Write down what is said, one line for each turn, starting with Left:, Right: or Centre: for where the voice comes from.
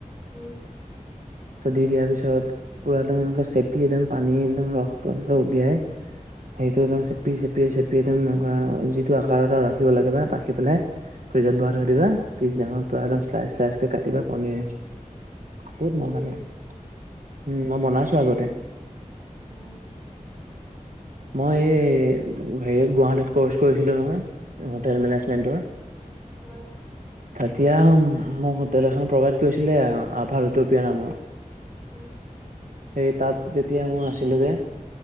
Centre: উম।
Right: দি দিয়াৰ পিছত পুৰা একদম চেপি একদম পানী একদম ৰসটো উলিয়াই সেইটো
Centre: উম
Right: একদম চেপি চেপি চেপিয়শ একদম এনেকুৱা যিটো আকাৰত আৰু ৰাখিব লাগে বা ৰাখি পেলাই ফ্ৰিজত
Centre: উম
Right: ভৰাই
Centre: উম
Right: থৈ দিবা পিছদিনাখন
Centre: উম
Right: পৰা শ্লাইচ শ্লাইচকে কাটিবা পনীৰ বহুত
Centre: হেৰি
Right: মজা লাগে উম মই বনাইছো আগতে
Centre: উম
Right: মই এই হেৰিত গুৱাহাটীত কৰ্চ কৰিছিলো নহয় হোটেল
Centre: অ
Right: মেনেেজমেণ্টৰ
Centre: অ
Right: তেতিয়া মোক হোটেল এখন প্ৰভাইড কৰিছিলে আভা ৰুটুপিয় নামৰ
Centre: উম
Right: সেই তাত যেতিয়া মোৰ আছিলোগে